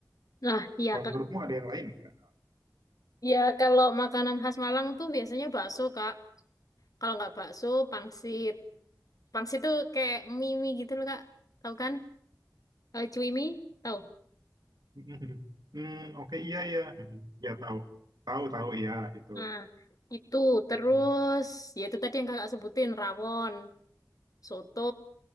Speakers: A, on the left; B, on the right.
A: Nah, iya
B: Kalau
A: Kak.
B: menurutmu ada yang lain nggak?
A: Ya kalau makanan khas Malang tuh biasanya bakso Kak. Kalau nggak bakso, pangsit. Pangsit tuh kayak mie-mie gitu loh Kak. Tahu kan? Eh, cuimi, tahu?
B: <laughs> Hmm, oke iya iya. Hmm, Ya tahu. Tahu tahu iya itu.
A: Nah, itu terus
B: Mm.
A: ya itu tadi yang Kakak sebutin rawon, soto.